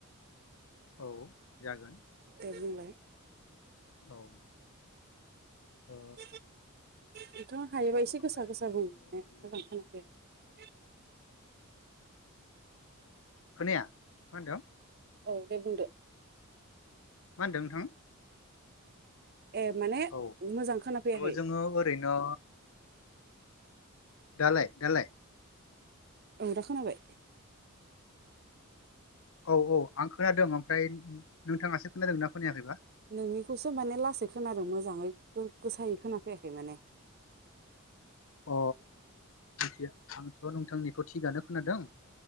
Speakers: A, on the left (about 65°); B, on the right (about 45°).
A: औ जागोन।
B: दे बुंलाय।
A: औ। ओ
B: <unintelligible> नोंथाङा हायोबा
A: नोंथांखौ
B: एसे
A: हामबाय
B: गोसा
A: होनदों
B: गोसा बुं माने
A: बेबायदि
B: मोजां खोनाफैयाखै।
A: खोनाया मा होनदों?
B: औ दे बुंदो।
A: मा होनदों नोंथां?
B: ए माने
A: औ
B: मोजां खोना फैयाखै।
A: थ' जोङो ओरैनो दालाय दालाय?
B: औ दा खोनाबाय।
A: औ औ आं खोनादों ओमफ्राय नोंथाङासो खोनादों ना खोनायाखैबा?
B: नोंनिखौसो माने लासै खोनादों मोजाङै गोसायै खोनाफैयाखै माने। <unintelligible>
A: अ मिथिया आंथ' नोंथांनिखौ थिगानो खोनादों।